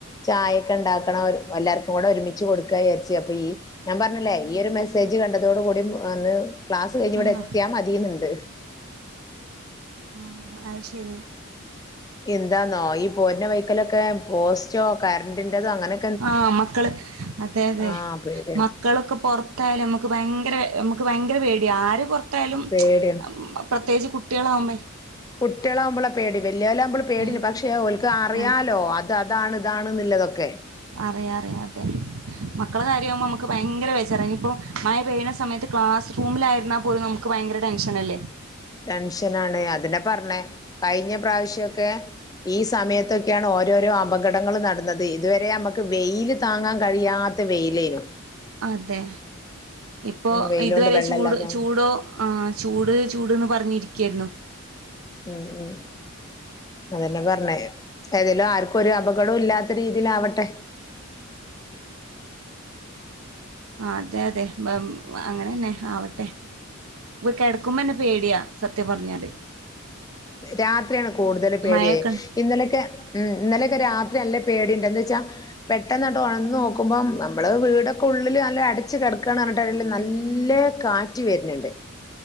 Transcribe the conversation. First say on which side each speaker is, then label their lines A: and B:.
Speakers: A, on the left (about 15°); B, on the right (about 85°).
A: ചായൊക്കെ ഉണ്ടാക്കണം എല്ലാവർക്കും കൂടെ ഒരുമിച്ച് കൊടുക്കുക വിചാരിച്ച് ച്ച് അപ്പ ഈ ഞാൻ പറഞ്ഞല്ലേ ഈ ഒരു മെസ്സേജ് കണ്ടതോട്കൂടി വന്ന് ക്ലാസ് കഴിഞ്ഞ് ഇവിടെ
B: ആണോ
A: എത്തിയാൽ മതിയെന്നുണ്ട്
B: ആഹ് അത് ശരി
A: എന്താന്നോ ഈ പോന്ന വൈക്കലൊക്കെ പോസ്റ്റോ കറൻ്റിൻ്റെതോ അങ്ങനെ
B: ആഹ് മക്കള് അതെ അതെ
A: ആഹ് പേടിയാണ്
B: മക്കളൊക്കെ പുറത്ത് ത്തായാലും നമുക്ക് ഭയങ്കര നമുക്ക് ഭയങ്കര പേടിയാ ആരും പുറ ത്തയാലും
A: പേടിയാണ്
B: പ്രത്യേകിച്ച് കുട്ടികളാവുമ്പോ
A: കുട്ടികളാകുമ്പള പേടി വല്യാലാവുമ്പോൾ പേടി
B: ഉം
A: ഉണ്ട് പക്ഷെ പക്ഷേ ഓൽക്ക് അറിയാലോ
B: ആഹ്
A: അത് അതാണ് ഇതാണ്ന്നുള്ളതൊക്കെ
B: അറിയ അറിയ അതെ മക്കള കാര്യമാവുമ്പോ നമുക്ക് ഭയങ്കര ബെജാറാ ഇനിയിപ്പോ മഴ പെയ്യുന്ന സമയത്ത് ക്ലാസ് റൂമിലായിരുന്ന പോലും നമുക്ക് ഭയങ്കര ടെൻഷൻ അല്ലേ
A: ടെൻഷനാണ് അതിനെ പറഞ്ഞേ കഴിഞ്ഞ പ്രാവശ്യക്കെ ഈ സമയത്തൊക്കെയാണ് ഓരോരോ അപകടങ്ങൾ നടന്നത് ഇതുവരെ നമുക്ക് വെയില് താങ്ങാൻ കഴിയാ ത്ത വെയിലരുന്നു
B: അതെ ഇപ്പോ
A: വെയിലോണ്ട്
B: ഇതുവരെ
A: വെള്ളല്ലാതെ
B: ചൂട്
A: ഉം
B: ചൂടോ ആ ചൂട് ചൂട്ന്ന് പറഞ്ഞിരിക്കുകയായിരുന്നു
A: ഉം ഉം അതന്നെ പറഞ്ഞ ഏതേലും ആർക്കും ഒരു അപകടവും ഇല്ലാത്ത രീതിൽ ആവട്ടെ
B: ആ അതെ അതെ അങ്ങനെന്നെ ആവട്ടെ കിടക്കുമ്പോന്നെ പേടിയാ സത്യം പറഞ്ഞാല്
A: രാത്രിയാണ് കൂടുതൽ പേടിയെ
B: മഴയൊക്കെണ്ട്
A: ഇന്നലൊക്കെ ഉം ഇന്നലൊക്കെ രാത്രി നല്ലേ പേടിണ്ട് എന്ന് വെച്ചാ പെട്ടെന്നത് ഉണന്ന് നോക്കുമ്പം നമ്മൾ വീടൊക്കെ ഉള്ളിൽ നല്ലാം അടച്ച് കിടക്കുകയാണ് പറഞ്ഞിട്ടും നല്ല കാറ്റ് വരുന്നുണ്ട്.